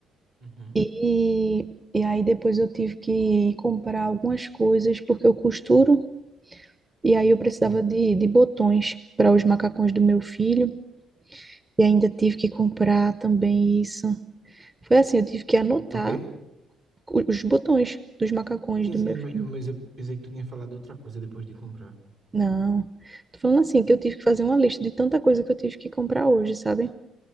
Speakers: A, on the right; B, on the right.
A: Uhum.
B: E, e aí depois eu tive que ir comprar algumas coisas porque eu costuro e aí eu precisava
A: Sim.
B: de, de botões para os macacões do meu filho e ainda tive que comprar também isso. Foi assim, eu tive que anotar
A: Comprar o quê?
B: o- os botões dos macacões
A: Sim,
B: do
A: sim,
B: meu
A: mas
B: filho.
A: mas eu pensei que tu tinha falado outra coisa depois de comprar.
B: Não, tô falando assim que eu tive que fazer uma lista de tanta coisa que eu tive que comprar hoje, sabe?